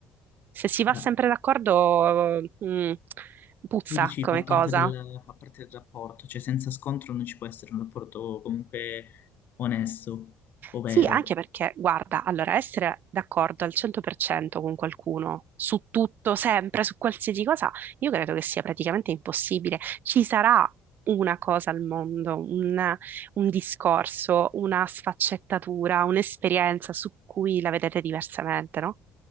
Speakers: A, on the right; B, on the left.
A: Se si va
B: beh,
A: sempre d'accordo, mm, puzza
B: tu dici
A: come
B: fa parte
A: cosa,
B: del, fa parte del rapporto, cioè senza scontro non ci può essere un rapporto comunque onesto, ovvero.
A: Sì, anche perché, guarda, allora essere d'accordo al 100% con qualcuno su tutto, sempre, su qualsiasi cosa, io credo che sia praticamente impossibile. Ci sarà una cosa al mondo, un, un discorso, una sfaccettatura, un'esperienza su cui la vedete diversamente, no?